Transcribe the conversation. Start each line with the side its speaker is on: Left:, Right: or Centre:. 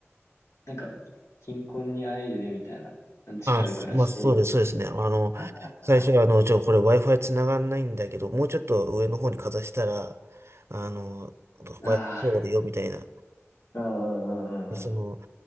Left: なんか、貧困にあえいで、みたいな。地下で暮らしてる。
Right: あ、そまあ、そうです、そうですね。あの、
Left: はいはいはいは
Right: 最初は、あの、ちょ、これ Wi-Fi 繋がんないんだけど、もうちょっと上の方にかざしたら、あの、Wi-Fi
Left: い。あ
Right: 通るよ、みたいな。
Left: あ、うんうんうんうんうん。
Right: でその、